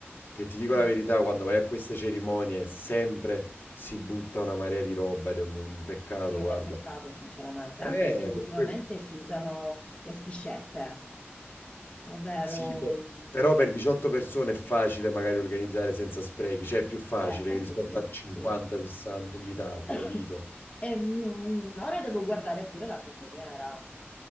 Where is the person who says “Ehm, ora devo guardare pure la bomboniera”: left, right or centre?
Left